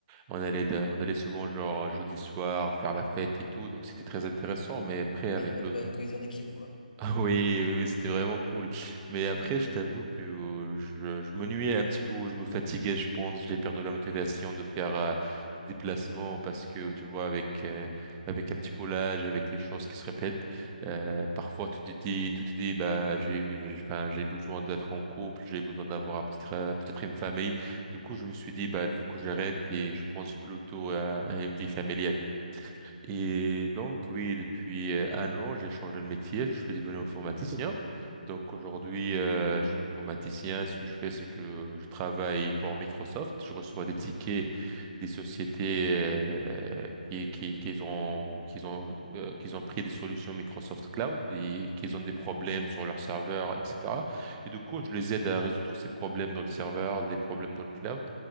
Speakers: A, on the right (about 20°); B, on the left (about 70°).
A: on allait, de- on allait souvent, genre, jeudi soir, faire la fête et tout. Donc, c'était très intéressant. Mais après, avec
B: Ah, il y avait
A: le
B: une bonne cohésion d'équipe, quoi.
A: ah oui, oui, oui, c'était vraiment cool. Mais après, je t'avoue que euh, je, je m'ennuyais un petit peu, je me fatiguais, je pense, j'ai perdu la motivation de faire euh, des déplacements parce que, tu vois, avec euh, avec un petit peu l'âge, avec les choses qui se répètent, euh, parfois tu te dis, tu te dis, bah, j'ai, j'ai- enfin, j'ai besoin d'être en couple, j'ai besoin d'avoir peut-être euh, peut-être une famille. Du coup, je me suis dit, bah, il faut que j'arrête et je pense plutôt à à une vie familiale. Et donc, oui, depuis euh, un an, j'ai changé de métier, je suis devenu informaticien. Donc aujourd'hui, euh, je suis informaticien. Ce que je fais, c'est que je travaille pour Microsoft. Je reçois des tickets des sociétés euh, qui, qui, qui ont, qui ont, euh, qui ont pris des solutions Microsoft Cloud et qui ont des problèmes sur leur serveur, etc. Et du coup, je les aide à résoudre ces problèmes dans le serveur, des problèmes dans le cloud.